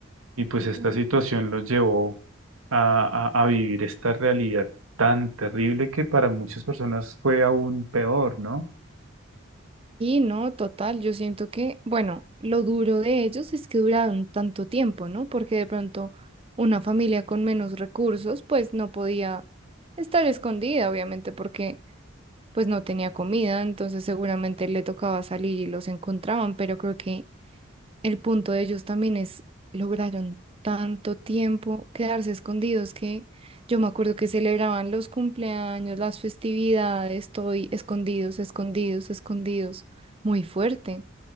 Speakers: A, on the right; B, on the right.
A: Y pues esta
B: y
A: situación los llevó a, a, a vivir esta realidad tan terrible que para muchas personas fue aún peor, ¿no?
B: no, total, yo siento que, bueno, lo duro de ellos es que duraron tanto tiempo, ¿no? Porque de pronto una familia con menos recursos, pues no podía estar escondida, obviamente, porque pues no tenía comida, entonces seguramente le tocaba salir y los encontraban, pero creo que El punto de ellos también es, lograron tanto tiempo quedarse escondidos que yo me acuerdo que celebraban los cumpleaños, las festividades, estoy escondidos, escondidos, escondidos, muy fuerte.